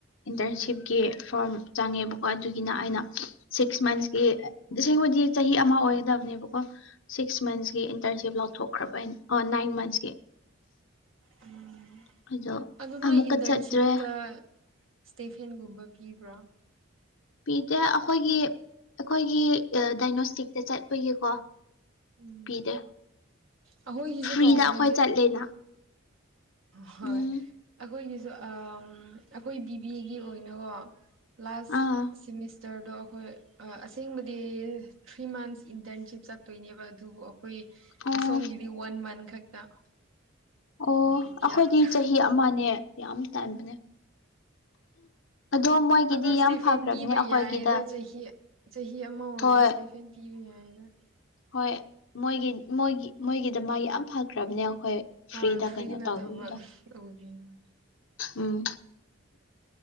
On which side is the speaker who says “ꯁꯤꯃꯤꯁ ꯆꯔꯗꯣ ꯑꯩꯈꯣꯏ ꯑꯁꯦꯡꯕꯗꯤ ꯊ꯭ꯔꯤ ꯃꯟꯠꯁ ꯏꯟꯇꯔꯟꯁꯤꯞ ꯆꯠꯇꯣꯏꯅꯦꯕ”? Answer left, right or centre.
Right